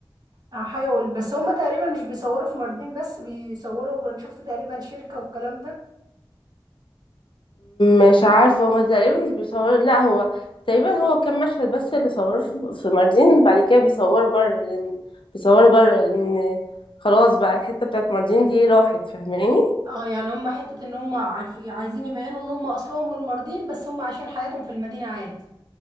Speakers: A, on the right; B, on the left.
A: هحاول بس هما تقريبا مش بيصوروا في ماردين بس بيصوروا انا شفت تقريبا شركة والكلام ده
B: مش عارفة هما تقريبا مش بيصور لا هو تقريبا هو كام مشهد بس اللي صوروه في في ماردين بعد كده بيصوروا بره لأن بيصوروا بره لأن خلاص بقى الحتة بتاعت ماردين دي راحت فاهماني
A: اه يعني هما حتة ان هما عارفين عايزين يبينوا ان هما اصلهم من ماردين بس هما عايشين حياتهم في المدينة عادي